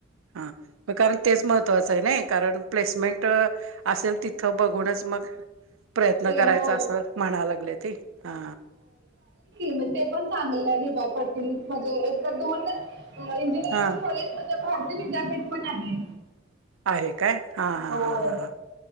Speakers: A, on the right; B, on the right.
A: हा म कारण तेच महत्त्वाचं आहे ना कारण प्लेसमेंट असेल तिथं बघूनच मग प्रयत्न
B: ए
A: करायचा
B: हो
A: असं म्हणाय लागल्याती हा
B: म्हण ते पण चांगलं डी वाय पाटील मध्ये एक तर दोनच इंजिन
A: हा
B: कॉलेज मध्ये भारती विद्यापीठ पण आहे.
A: आहे काय हा हा
B: होय
A: हा ह,